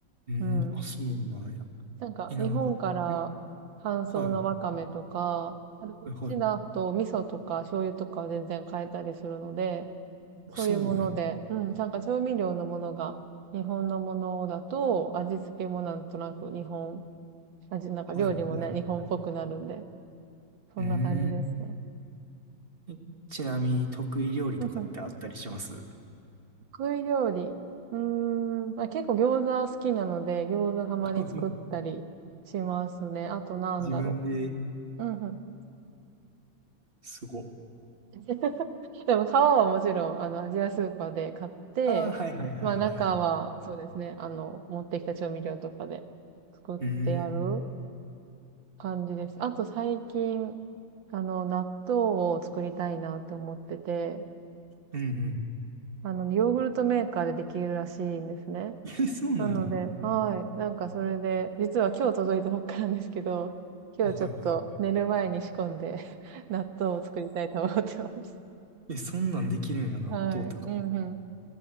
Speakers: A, on the right; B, on the right.
A: うん。
B: うん。
A: あ、そうなんや。
B: なんか、
A: え、なんか、
B: 日本から乾燥のわかめとか、
A: んはい。は
B: あとこっちだと味噌とか醤油とかは全然買えたりするので、
A: いはい。
B: そういうもので、
A: あ、そうなんや。
B: うん、なんか調味料のものが、日本のものだと、味付けもなんとなく日本、味、なんか料理もね、
A: はいはいは
B: 日本っぽくなるんで、そんな感じですね。
A: い。うん。えちなみに得意料理とかってあったりします
B: うんうん得意料理。うーん、まあ、結構餃子好きなので、餃子たまに作ったりしますね。
A: <laughs> あ
B: あとなんだろ
A: 自分で。
B: う。うんうん。
A: すご。
B: <laughs> <laughs> でも皮はもちろん、あの、アジアスーパーで買って、
A: ああ、はいはいはいはいはい。
B: まあ中は、そうですね、あの、持ってきた調味料とかで作ってある
A: うーん。
B: 感じです。あと最近、あの、納豆を作りたいなって思ってて、
A: うんうん。
B: あの、ヨーグルトメーカーでできるらしいんですね。
A: <laughs> え、そうなんや。
B: なので、
A: えー
B: はい。なんかそれで、実は今日届いたばっかなんですけど、今日ちょっと寝る前に仕込んで
A: あはいはいはい。
B: <laughs> 納豆を作りたいと思ってます。
A: <laughs> え、そんなんできるんや、納豆とか。
B: はい。うんうん